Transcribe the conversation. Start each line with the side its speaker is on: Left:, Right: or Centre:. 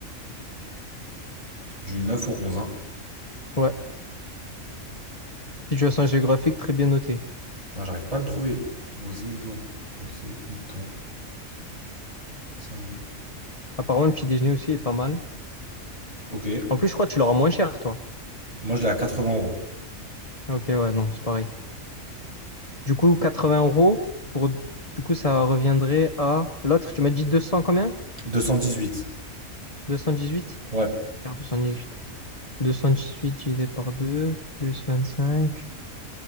Right: Du neuf au onze Hein.
Left: Ouais. Situation géographique très bien notée.
Right: Ah, J'arrive pas à le trouver. Poséidon. Poséidon. Samuel.
Left: Apparemment, le petit déjeuner aussi est pas mal.
Right: Ok.
Left: En plus, je crois que tu l'auras moins cher, toi.
Right: Moi, je l'ai à 80 euros.
Left: Ok, ouais, non, c'est pareil. Du coup, 80 euros pour. Du coup, ça reviendrait à. L'autre, tu m'as dit 200 combien?
Right: deux cent dix huit
Left: 218?
Right: Ouais,
Left: Regarde, 218. 218 divisé par deux plus 25,